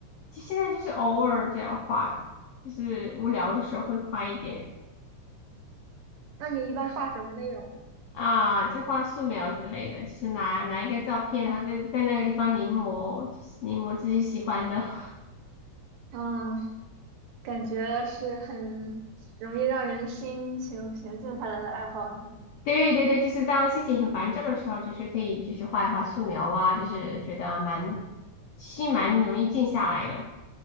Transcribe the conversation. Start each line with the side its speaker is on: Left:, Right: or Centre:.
Left: 就现在就是偶尔这样画，就是无聊的时候会画一点
Right: 那你一般画什么内容呢？
Left: 啊，就画素描之类的，就是拿拿一个照片，然后在在那个地方临摹，就是临摹自己喜欢的。<laughs>
Right: 嗯，感觉是很容易让人心情平静下来的爱好呢。
Left: 对对对，就是当心情很烦躁的时候，就是可以就是画一画素描啊，就是觉得蛮心蛮容易静下来的。